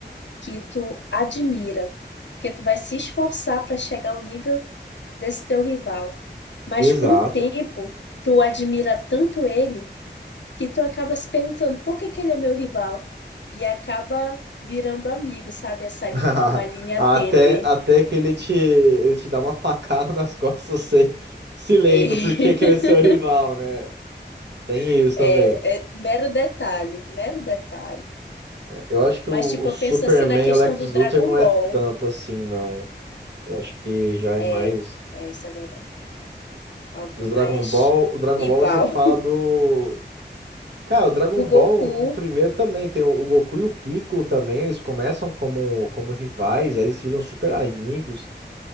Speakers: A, on the left; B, on the right.
A: que tu admira, porque tu vai se esforçar para chegar ao nível desse teu rival. Mas
B: Exato.
A: com o tempo, tu admira tanto ele que tu acaba se perguntando por que que ele é meu rival e acaba virando amigo, sabe? Essa linha,
B: <laughs>
A: uma linha
B: Até,
A: tênue.
B: até que ele te, ele te dá uma facada nas <laughs> costas, você se lembra
A: E
B: porque que ele é seu rival, né? Tem
A: <laughs>
B: isso
A: é,
B: também.
A: é mero detalhe, mero detalhe.
B: Eu acho que
A: Mas
B: o,
A: tipo,
B: o Superman
A: eu penso assim na questão
B: e o Lex
A: do
B: Luthor
A: Dragon
B: não é
A: Ball.
B: tanto assim, não. Eu acho que já é
A: É,
B: mais.
A: é isso é verdade. Algo
B: Do Dragon
A: mais
B: Ball, o Dragon
A: rival
B: Ball você fala do. Cara,
A: <laughs>
B: o Dragon
A: do Goku,
B: Ball no primeiro também tem o Goku e o Piccolo também. Eles começam como, como rivais, aí eles viram super amigos.